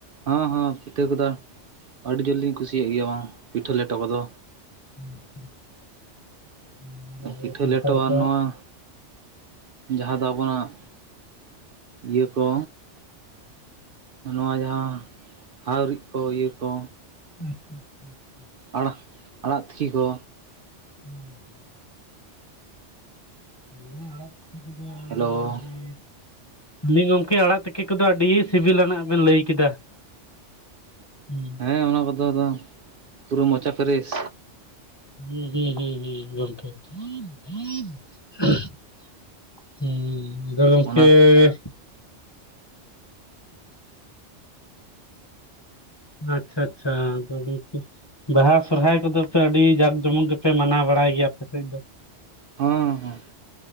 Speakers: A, on the right; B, on the left.
A: ᱦᱮᱸ ᱦᱮᱸ ᱯᱤᱴᱷᱟᱹ ᱠᱚᱫᱚ ᱟᱹᱰᱤ ᱡᱳᱨᱞᱤᱧ ᱠᱩᱥᱤᱭᱟᱜ ᱜᱮᱭᱟ ᱵᱟᱝ ᱯᱤᱴᱷᱟᱹ ᱞᱮᱴᱚ ᱠᱚᱫᱚ᱾
B: <inaudible> ᱟᱵᱚ
A: ᱯᱤᱴᱷᱟᱹ
B: ᱥᱟᱱᱛᱟᱲ
A: ᱞᱮᱴᱚᱼᱟ᱾
B: ᱠᱚᱣᱟᱜ
A: ᱱᱚᱣᱟ ᱡᱟᱦᱟᱸ ᱫᱚ ᱟᱵᱚᱱᱟᱜ ᱤᱭᱟᱹ ᱠᱚ᱾ ᱱᱚᱣᱟ ᱡᱟᱦᱟᱸ ᱦᱟᱣᱨᱤᱡ ᱠᱚ ᱤᱭᱟᱹ ᱠᱚ᱾
B: <inaudible>
A: ᱟᱲᱟᱜ ᱟᱲᱟᱜ ᱛᱤᱠᱤ ᱠᱚ᱾
B: <inaudible> ᱱᱚᱣᱟ ᱟᱲᱟᱜ ᱛᱤᱠᱤ ᱠᱚᱫᱚ
A: ᱦᱮᱞᱳᱻ᱾
B: ᱫᱤᱭᱮ ᱜᱚᱝᱠᱮ ᱟᱲᱟᱜ ᱛᱤᱠᱤ ᱠᱚᱫᱚ ᱟᱹᱰᱤᱻ ᱥᱤᱵᱤᱞᱟ ᱱᱟᱜ ᱵᱮᱱ ᱞᱟᱹᱭ ᱠᱮᱫᱟ᱾ <unintelligible>
A: ᱦᱮᱸ ᱚᱱᱟ ᱠᱚᱫᱚ ᱟᱫᱚ, ᱯᱩᱨᱟᱹ ᱢᱚᱪᱟ ᱯᱷᱮᱨᱮᱥ᱾
B: ᱦᱩᱸ, ᱦᱩᱸ, ᱦᱩᱸ, ᱦᱩᱸ ᱦᱩᱸ ᱦᱩᱸ ᱦᱩᱸᱻ ᱟᱫᱚ
A: ᱚᱱᱟ
B: ᱜᱚᱝᱠᱮᱻ ᱟᱪᱪᱷᱟ ᱟᱪᱪᱷᱟ ᱟᱫᱚ ᱜᱚᱝᱠᱮ <inaudible> ᱵᱟᱦᱟ ᱥᱨᱦᱟᱭ ᱠᱚᱫᱚ ᱯᱮ ᱟᱹᱰᱤ ᱡᱟᱠ ᱡᱚᱢᱚᱠ ᱜᱮᱯᱮ ᱢᱟᱱᱟᱣ ᱵᱟᱲᱟᱭ ᱜᱮᱭᱟ ᱟᱯᱮ ᱥᱮᱫ ᱫᱚ᱾
A: ᱦᱸ ᱦᱸ,